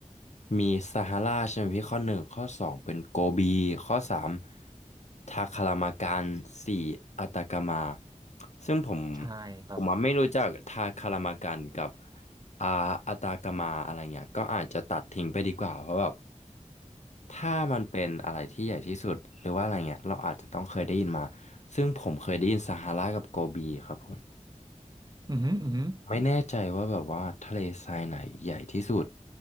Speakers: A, on the left; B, on the right.
A: มีซาฮาราใช่ไหมพี่ข้อหนึ่งข้อสองเป็นโกบีข้อสามทาคารามากันสี่อัตากามาซึ่งผม
B: ใช่ครับ
A: ผมอะไม่รู้จักทาคารามากันกับ อ่าอัตากามาอะไรเงี้ยก็อาจจะตัดทิ้งไปดีกว่าเพราะแบบถ้ามันเป็นอะไรที่ใหญ่ที่สุดหรือว่าอะไรเงี้ยเราอาจจะต้องเคยได้ยินมาซึ่งผมเคยได้ยินซาฮารากับโกบีครับผม
B: อือหืออือหือ
A: ไม่แน่ใจว่าแบบว่าทะเลทรายไหนใหญ่ที่สุด